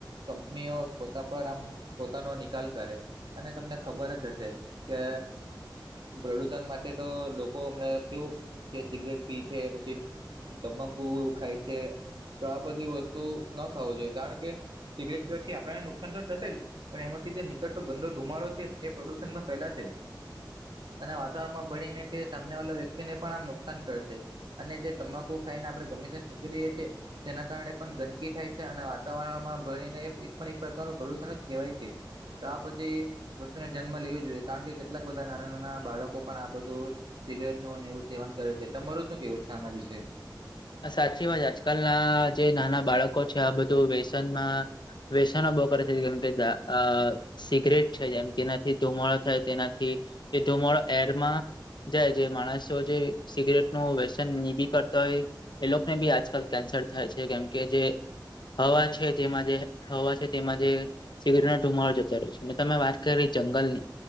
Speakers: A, on the right (about 75°); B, on the left (about 65°).
A: કંપનીઓ પોતા પર આમ પોતાનો નિકાલ કરે. અને તમને ખબર જ હશે, કે પ્રદુષણ માટે તો લોકો હમણાં કેવું કે સિગરેટ પી છે, પછી તમાકુ ખાય છે. તો આ બધી વસ્તુ ના ખાવું જોઈએ કારણ કે સિગરેટ પીવાથી આપણને નુકસાન તો થશે જ. પણ એમાંથી જે નિકળતો ગંદો ધુમાડો છે એ પ્રદુષણ માં ફેલાશે. અને વાતાવરણમાં ભળીને તે સામને વાલા વ્યક્તિને પણ આમ નુકસાન કરશે. અને જે તમાકુ ખાઈને આપડે ગમે ત ત્યાંને થુંકી દઈએ છીએ. તેના કારણે પણ ગંદકી થાય છે અને વાતાવરણમાં ભળને એક પણ એક પ્રકારનું પ્રદુષણ જ કહેવાય છે. તો આ બધી વસ્તુને જન્મ લેવી જોઈએ, કારણ કે કેટલાક બધા નાના નાના બાળકો પણ આ બધું સિગરેટ ન એવું સેવન કરે છે તમારું શું કેવું છે આના વિષય
B: સાચી વાત આજકાલના જે નાના બાળકો છે આ બધું વ્યસનમાં વ્યશનો બવ કર છે ગકજ આ સિગરેટ છે. જેમ જેનાથી, ધુમાડો થાય તેનાથી તે ધુમાડો એરમાં જાય જે માણસો જે સિગરેટ નું વ્યસન નિભી કરતા હોય. એ લોકોને બી આજકાલ કેન્સર થાય છે કેમકે જે હવા છે જેમાં જે હવા છે તેમાં જે સિગરીનો ધુમાડો જતો રહે્યો છે અનેટ તમે વાત કરી જંગલની,